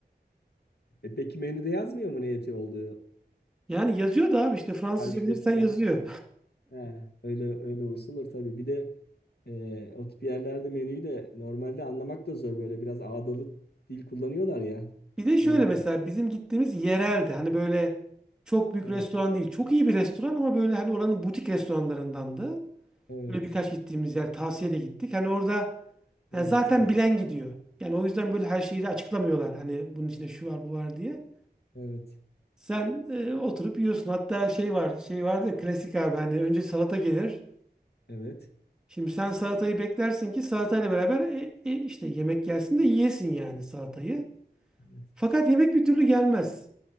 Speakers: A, on the left; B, in the centre.
A: E peki menüde yazmıyor mu ne eti olduğu?
B: Yani yazıyor da abi işte Fransızca
A: Karşı
B: bilirsen
A: verirken.
B: yazıyor.
A: He, öyle öyle olsa olur tabii. Bir de e, o tip yerlerde menüyü de normalde anlamak da zor. Böyle biraz ağdalı dil kullanıyorlar ya.
B: <laughs> Bir de şöyle
A: Yemek.
B: mesela bizim gittiğimiz yereldi. Hani böyle çok büyük
A: Evet.
B: restoran değil. Çok iyi bir restoran ama böyle hani oranın butik restoranlarındandı.
A: Evet.
B: Böyle birkaç gittiğimiz yer tavsiye de gittik. Hani orada
A: Evet.
B: yani zaten bilen gidiyor. Yani o yüzden böyle her şeyi de açıklamıyorlar. Hani bunun içinde şu var bu var diye.
A: Evet.
B: Sen e, oturup yiyorsun. Hatta şey var şey vardı ya klasik abi hani önce salata gelir.
A: Evet.
B: Şimdi sen salatayı beklersin ki salatayla beraber e, e, işte yemek gelsin de yiyesin yani salatayı.
A: Evet.
B: Fakat yemek bir türlü gelmez.